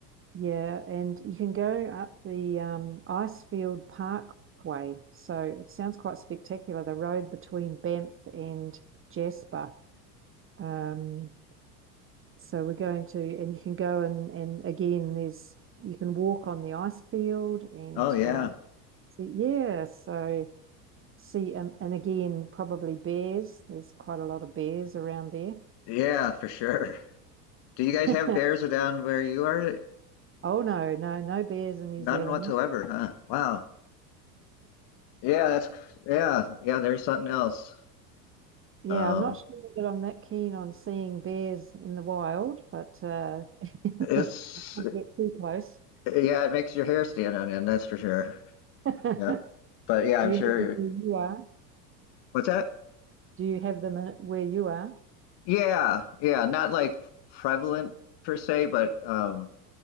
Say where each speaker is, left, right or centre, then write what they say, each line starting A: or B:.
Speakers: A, on the right (about 25°); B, on the left (about 50°).
A: Yeah, and you can go up the um, Icefield Parkway. So it sounds quite spectacular, the road between Banff and Jasper. Um, so we're going to, and you can go and and again, there's you can walk on the ice field and
B: Oh, yeah.
A: uh, see, yeah, so see, um, and again, probably bears. There's quite a lot of bears around there.
B: Yeah, for sure. Do you guys
A: <laughs>
B: have bears down where you are?
A: Oh no, no, no bears in New
B: None
A: Zealand.
B: whatsoever,
A: <laughs>
B: huh? Wow. Yeah, that's, yeah, yeah, there's something else.
A: Yeah,
B: Um,
A: I'm not sure that I'm that keen on seeing bears in the wild, but uh, <laughs> I
B: it's,
A: don't want to get too close.
B: yeah, it makes your hair stand on end, that's for sure.
A: <laughs>
B: Yeah. But yeah,
A: Do
B: I'm
A: you
B: sure.
A: have them where you are?
B: What's that?
A: Do you have them in- where you are?
B: Yeah, yeah, not like prevalent per se, but um,